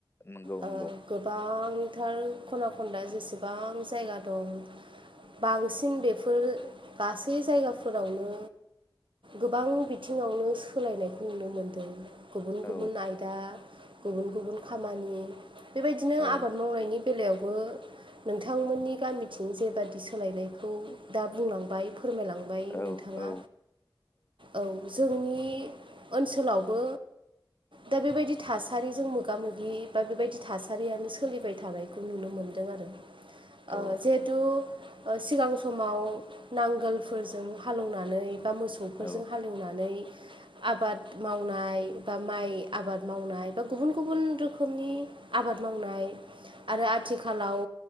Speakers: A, on the left; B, on the right.
A: नंगौ
B: ओ
A: नंगौ
B: गोबांथार खना खनला जेसेबां जायगा दं बांसिन बेफोर गासै जायगाफोरावनो गोबां बिथिङावनो सोलायनायखौ नुनो मोनदों गुबुन
A: औ
B: गुबुन आयदा गुबुन गुबुन खामानि बेबायदिनो
A: औ
B: आबाद मावनायनि बेलायावबो नोंथांमोननि गामिथिं जेबादि सोलायनायखौ दा बुंलांबाय फोरमायलांबाय
A: औ
B: नोंथाङा
A: औ
B: औ जोंनि ओनसोलावबो दा बेबायदि थासारिजों मोगा मोगि बा बेबायदि थासारियानो सोलिबाय थानायखौ नुनो मोनदों आरो
A: औ
B: ओ जिहेथु ओ सिगां समाव नांगोलफोरजों हालौवनानै बा मोसौफोरजों
A: औ
B: हालेवनानै आबाद मावनाय बा माइ आबाद मावनाय बा गुबुन गुबुन रोखोम रोखोमनि आबाद मावनाय आरो आथिखालाव